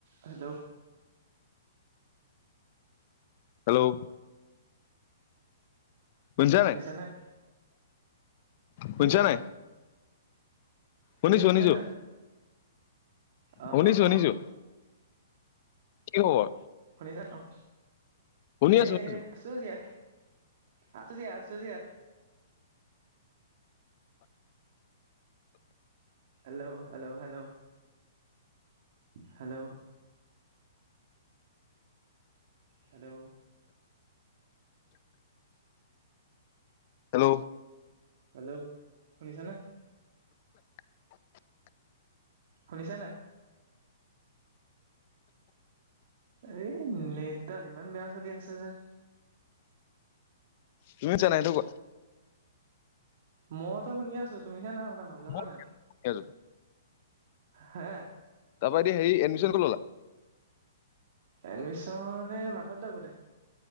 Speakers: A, on the right (about 55°); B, on the left (about 45°).
A: Hello.
B: Hello. খুনচা নাই,
A: শুনিছানে শুনিছানে
B: খুনচা নাই? খুনিছো
A: তুমি শুনিছানে
B: খুনিছো,
A: অ
B: খুনিছো
A: অ
B: খুনিছো।
A: অ
B: কি খবৰ?
A: শুনিছা অ'
B: শুনি
A: এ
B: আছো শুনিছো
A: আছো জিয়া, আছো জিয়া। চুজিয়া hello hello, hello hello. Hello.
B: Hello.
A: Hello শুনিছা নে?
B: <inaudible>
A: খুনিচা নে? এ নিত দাল ইমান বেয়া চলি আছে যে।
B: তুমি চ নাইটো ক
A: মইতো শুনি আছো তুমিহে নাই শুনা হ'বো
B: মই
A: হয় ন।
B: শুনি আছো
A: হে
B: তাৰপা এতিয়া হেৰি এডমিশন কলা।
A: এডমিশনে মাধৱ দোৰ আগতে